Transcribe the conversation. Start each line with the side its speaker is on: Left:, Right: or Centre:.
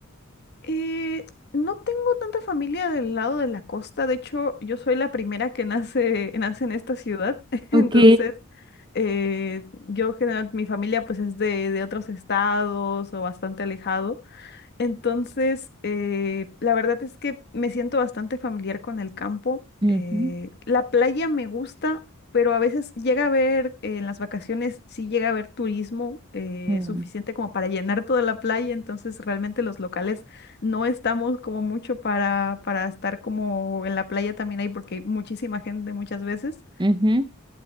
Left: Eh, no tengo tanta familia del lado de la costa, de hecho yo soy la primera que nace, nace en esta ciudad, <laughs>
Right: Ok.
Left: entonces eh, yo general, mi familia pues es de, de otros estados o bastante alejado. Entonces, eh, la verdad es que me siento bastante familiar con el campo.
Right: Ujú,
Left: Eh, la playa me gusta, pero a veces llega a haber, eh, en las vacaciones, sí llega a haber turismo eh,
Right: mm,
Left: suficiente como para llenar toda la playa. Entonces, realmente los locales no estamos como mucho para, para estar como en la playa también hay, porque hay muchísima gente muchas veces.
Right: ujú,